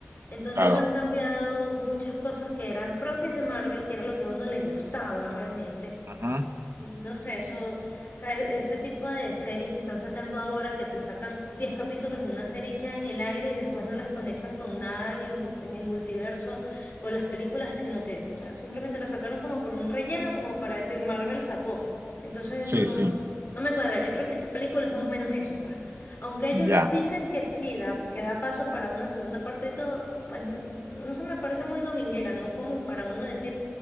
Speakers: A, on the left (about 45°); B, on the right (about 70°).
A: Entonces
B: claro.
A: han cambiado muchas cosas que eran propias de Marvel, que era lo que a uno le gustaba realmente,
B: Ujú,
A: Y no sé, eso, o sea, e- ese tipo de series que están sacando ahora, que te sacan 10 capítulos de una serie y queda en el aire y después no las conectan con nada en el, en el multiverso, con las películas, sino que, o sea, simplemente las sacaron como por un relleno, como para decir Marvel sacó. Entonces
B: Sí,
A: eso no,
B: sí,
A: no me cuadra. Yo creo que esta película es más o menos eso, pues. Aunque ellos
B: ya,
A: dicen que sí, da, que da paso para una segunda parte y todo, pues mm, eso me parece muy dominguera, ¿no? Como para uno decir,